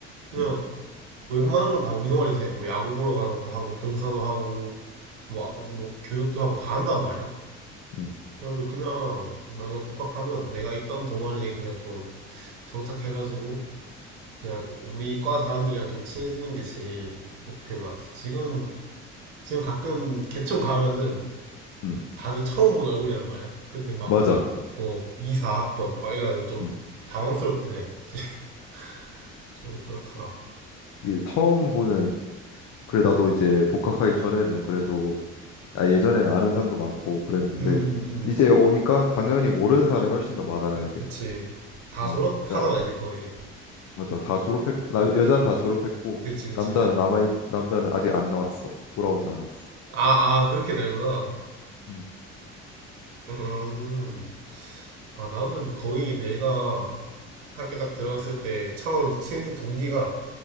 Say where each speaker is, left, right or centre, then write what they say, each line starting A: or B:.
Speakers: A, on the right (about 85°); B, on the left (about 50°).
A: 그냥
B: 음,
A: 웬만한 건 다 우리 동아리에서 해. 뭐 야구 보러 가는 것도 하고 봉사도 하고 뭐, 아- 뭐 교육도 하고 다 한단 말이야.
B: 음,
A: 그래가지고 그냥 나는 복학하면 내가 있던 동아리에 그냥 좀 정착해가지고 그냥 우리 과 사람들이랑 좀 친해지는 게 제일 목표인 것 같아. 지금 지금 가끔 개총 가면은
B: 음.
A: 다들 처음 본 얼굴이란 말이야. 근데 막
B: 맞아
A: 어, 2, 4학번 막 이래가지고 좀
B: 음.
A: 당황스럽긴 해. <laughs> 좀 그렇더라.
B: 이게 처음 보는 그래 나도 이제 복학하기 전에는 그래도 아 예전에는 아는 사람도 많고 그랬는데
A: 음, 음, 음.
B: 이제 오니까 당연히 모르는 사람이 훨씬 더 많아야 돼.
A: 그치. 다
B: 어,
A: 졸업하잖아
B: 자,
A: 이제 거의.
B: 맞아. 다 졸업했고 나, 여자는 다 졸업했고
A: 그치, 그치.
B: 남자는 남아 남자는 아직 안 나왔어. 돌아오지 않았어.
A: 아, 아, 그렇게 되는구나.
B: 음.
A: 음. 아, 나는 거의 내가 학교 딱 들어갔을 때 처음 이제 친해진 동기가